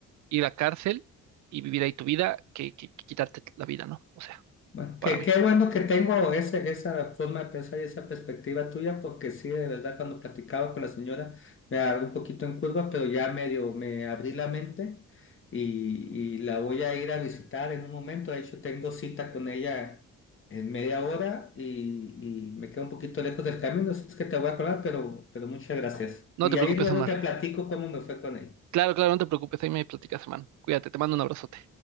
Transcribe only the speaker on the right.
ir a cárcel y vivir ahí tu vida, que, que que quitarte la vida, ¿no? O sea,
para
mí.
No te preocupes,
Omar.
Claro, claro, no te preocupes, ahí me platicas, hermano. Cuídate, te mando un abrazote.